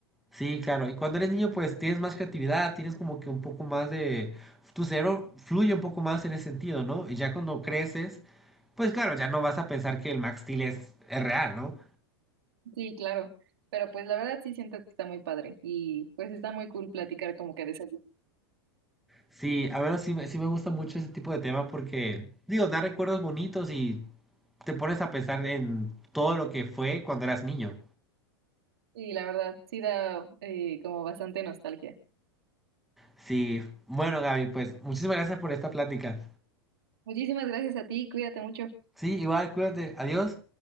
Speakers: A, in the centre; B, on the right.
A: Sí, claro. Y cuando eres niño, pues tienes más creatividad, tienes como que un poco más de... Tu cerebro fluye un poco más en ese sentido, ¿no? Y ya cuando creces, pues claro, ya no vas a pensar que el Max Steel es, es real, ¿no?
B: Sí, claro, pero pues la verdad sí siento que está muy padre y pues está muy cool platicar como que de esas.
A: Sí, a menos sí, me- sí me gusta mucho ese tipo de tema porque, digo, da recuerdos bonitos y te pones a pensar en todo lo que fue cuando eras niño.
B: Sí, la verdad, sí da eh, como bastante nostalgia.
A: Sí, bueno, Gaby, pues muchísimas gracias por esta plática.
B: Muchísimas gracias a ti, cuídate mucho.
A: Sí, igual, cuídate. Adiós.